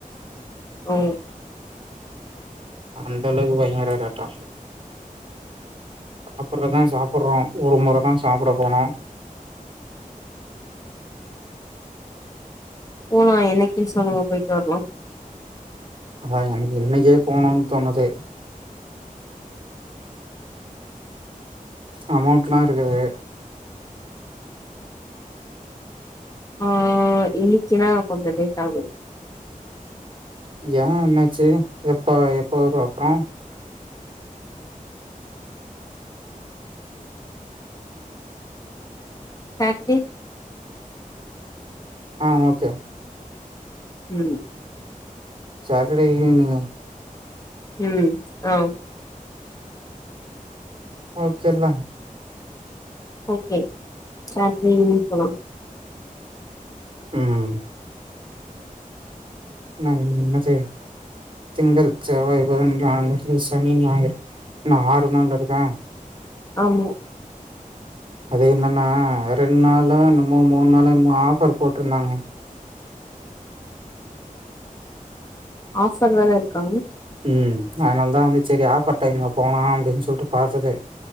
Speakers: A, on the left; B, on the right.
A: ஓ
B: அந்தளவுக்கு பயங்கர ரேட்டாப் சாப்புட்றதா சாப்புட்றோ ஒரு முறதா சாப்ட போனோ <inaudible>
A: போலா, என்னைக்கின்னு சொல்லுங்க போயிட்டு வரலா
B: அதா என்னைகு இன்னைக்கே போனுன் தோணுது அமௌண்ட்லா இருக்குது
A: ஆ, இன்னைக்கினா கொஞ்சோ லேட் ஆகு
B: ஏ என்னாச்சு எப்ப எப்ப வருவ அப்றோ
A: சடர்டே
B: ஆ ஓகே
A: உம்
B: சடர்டே ஈவ்னிங்
A: ம் ஓ
B: ஓகே <unintelligible>
A: ஒகே <unintelligible> போலா
B: ம் <unintelligible> திங்கள் செவ்வாய் புதன் வியா வெள்ளி சனி ஞாயிறு இன்னு ஆறு நாள் இருக்கா
A: ஆமா
B: அது என்னன்னா ரெண்டு நாள எனமோ மூணு நாள எனமோ ஆஃபர் போட்டிருந்தாங்க
A: ஆஃபர் வேற இருக்காங்க
B: ம் அதனால தான் வந்து சரி ஆஃபர் டைம்ல போனா அப்படின்னு சொல்லிட்டு பாத்ததே